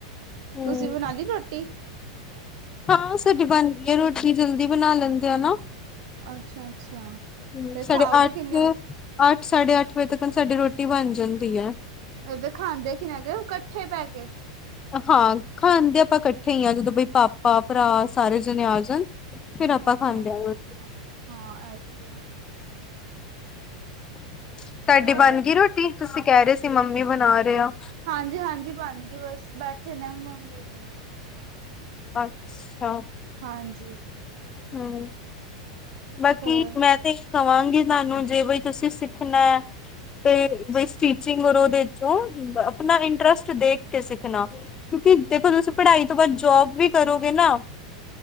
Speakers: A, on the left; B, on the right.
A: ਹੂੰ
B: ਤੁਸੀਂ ਬਣਾ ਲਈ ਰੋਟੀ।
A: ਹਾਂ ਸਾਡੀ ਬਣਦੀ ਹੈ ਰੋਟੀ ਜਲਦੀ ਬਣਾ ਲੈਂਦੇ ਆ ਨਾ।
B: ਅੱਛਾ ਅੱਛਾ
A: ਹੂੰ
B: ਤੇ
A: ਸਾਢੇ
B: ਖਾਓਗੇ
A: ਅੱਠ
B: ਕਿੰਨੇ ਵਜੇ
A: ਅੱਠ ਸਾਢੇ ਅੱਠ ਵਜੇ ਤੱਕ ਸਾਡੀ ਰੋਟੀ ਬਣ ਜਾਂਦੀ ਐ।
B: ਅਗਰ ਖਾਂਦੇ ਕਿ ਨਾ ਤੇ ਕੱਠੇ ਬੈਹ ਕੇ
A: ਹਾਂ ਖਾਣਦੇ ਆਪਾਂ ਕੱਠੇ ਹੀ ਹਾਂ ਜਦੋਂ ਬਈ ਪਾਪਾ ਭਰਾ ਸਾਰੇ ਜਣੇ ਆ ਜਣ। ਫੇਰ ਆਪਾਂ
B: ਅੱਛਾ
A: ਖਾਂਦੇ
B: ਅੱਛਾ
A: ਆ।
B: ਹਾਂ ਇਹ ਵੀ ਐ।
A: ਤੁਹਾਡੀ
B: ਹੋਰ
A: ਬਣ ਗਈ ਰੋਟੀ ਤੁਸੀਂ ਕਹਿ ਰਹੇ ਸੀ ਮੰਮੀ ਬਣਾ ਰਹੇ ਆ।
B: ਹਾਂਜੀ-ਹਾਂਜੀ ਬਣ ਗਈ ਬਸ ਬੈਠੇ ਨੇ ਮੰਮੀ ਵੀ
A: ਅੱਛਾ
B: ਹਾਂਜੀ
A: ਹੂੰ ਬਾਕੀ
B: ਹੋਰ
A: ਮੈਂ ਤੇ ਕਵਾਂਗੇ ਤੁਹਾਨੂੰ ਜੇ ਬਈ ਤੁਸੀਂ ਸਿੱਖਣਾ ਹੈ ਤੇ ਬਈ ਸਟੀਚਿੰਗ ਔਰ ਉਹਦੇ 'ਚ ਹੂੰ ਆਪਣਾ ਇੰਟਰਸਟ ਦੇਖ ਕੇ ਸਿੱਖਣਾ ਕਿਉਂਕਿ ਦੇਖੋ ਤੁਸੀਂ ਪੜ੍ਹਾਈ ਤੋਂ ਬਾਅਦ ਜੋਬ ਵੀ ਕਰੋਗੇ ਨਾ